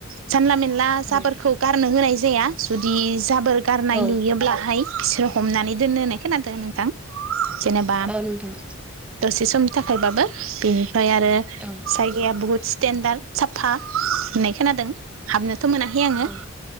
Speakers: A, on the right; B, in the centre.
A: जानला मेनला जाबोरखौ
B: औ
A: गारनो होनाय जाया जुदि जाबोर गारनाय
B: औ
A: नुयोब्लाहाय बिसोरो हमनानै दोनो होननाय खोनादों नोंथां जेनेबा
B: औ नोंथां
A: दसे समनि थाखायबाबो बेनिफ्राय आरो
B: औ
A: जायगाया बहुत स्टेनडार्ड साफा होननाय खोनादों हाबनोथ' मोनाखै आङो।
B: औ